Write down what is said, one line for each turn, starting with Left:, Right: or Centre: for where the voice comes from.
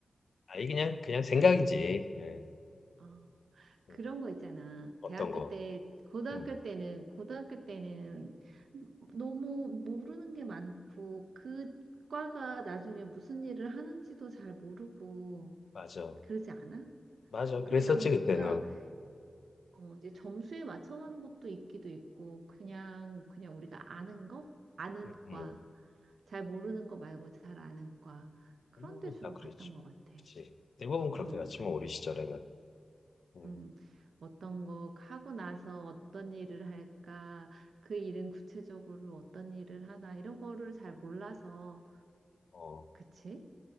Left: 아이 그냥 그냥 생각이지.
Right: 그,
Left: 예.
Right: 어, 그런
Left: 음.
Right: 거 있잖아.
Left: 어떤
Right: 대학교
Left: 거.
Right: 때, 고등학교
Left: 음.
Right: 때는, 고등학교 때는 너무 모르는 게 많고, 그 과가 나중에 무슨 일을 하는지도 잘 모르고,
Left: 맞아.
Right: 그러지 않아?
Left: 맞아.
Right: 그러다
Left: 그랬었지,
Right: 보니까,
Left: 그때는.
Right: 어, 이제 점수에 맞춰가는 것도 있기도 있고, 그냥, 그냥 우리가 아는 거? 아는
Left: 음,
Right: 과.
Left: 음.
Right: 잘 모르는 거 말고 잘 아는 과. 그런
Left: 대부분
Right: 데 주로
Left: 다 그랬지.
Right: 갔던 것 같아.
Left: 그치. 대부분 그렇게
Right: 어,
Left: 갔지,
Right: 막
Left: 뭐,
Right: 이렇게,
Left: 우리 시절에는. 음,
Right: 음, 어떤 거 하고 나서 어떤 일을 할까, 그 일은 구체적으로 어떤 일을 하나, 이런 거를 잘 몰라서,
Left: 어,
Right: 그치?